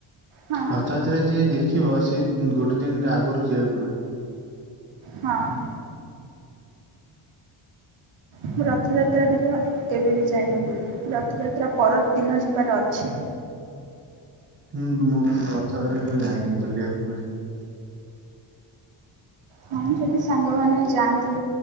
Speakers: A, on the right (about 80°); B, on the right (about 30°).
A: ହଁ
B: ହଠାତ୍ ସେରେ ଯିଏ ଦେଖିବ ସିଏ ଗୋଟେ ଦିନରେ ଆଗରୁ ଯିବାକୁ ପଡିବ।
A: ହଁ ଅ ମୁଁ ରଥଯାତ୍ରାରେ କେବେ ବି ଯାଇନି ପୁରୀ, ରଥଯାତ୍ରା ପରଦିନ ଯିବାର ଅଛି।
B: ହୁଁ ମୁଁ ବି ରଥଯାତ୍ରା କେବେ ଯାଇନି ବୁଲିବାକୁ ପୁରୀ।
A: ହଁ ଯଦି ସାଙ୍ଗମାନେ ଯାଆନ୍ତି,